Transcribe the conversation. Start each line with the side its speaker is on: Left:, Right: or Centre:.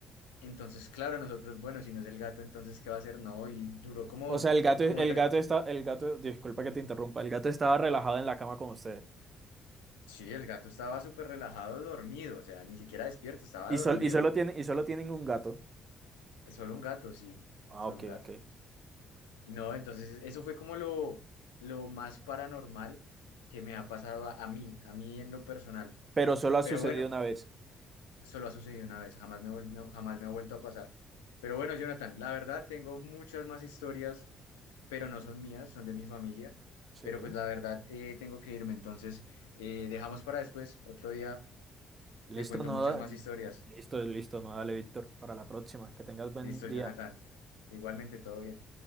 Left: Entonces, claro, nosotros, bueno, si no es el gato, entonces, ¿qué va a hacer? No, y duró como,
Right: O sea, el gato, el
Left: como tre-
Right: gato está, el gato, disculpa que te interrumpa, el gato estaba relajado en la cama con ustedes.
Left: Sí, el gato estaba súper relajado, dormido, o sea, ni siquiera despierto, estaba
Right: Y,
Left: dormido.
Right: sol- y solo tienen, y solo tienen un gato.
Left: Solo un gato, sí,
Right: Ah,
Left: solo
Right: ok,
Left: un gato.
Right: ok.
Left: No, entonces eso fue como lo, lo más paranormal que me ha pasado a, a mí, a mí en lo personal.
Right: Pero solo ha
Left: Pero
Right: sucedido
Left: bueno,
Right: una vez.
Left: solo ha sucedido una vez, jamás me, vuel- no, jamás me ha vuelto a pasar. Pero bueno, Jonathan, la verdad tengo muchas más historias, pero no son mías, son de mi familia.
Right: Sí.
Left: Pero pues la verdad eh, tengo que irme, entonces eh, dejamos para después, otro día
Right: Listo,
Left: te cuento
Right: no,
Left: muchas más historias.
Right: listo, listo, no, dale, Víctor, para la próxima. Que tengas buen
Left: Listo,
Right: día.
Left: Jonathan. Igualmente, todo bien.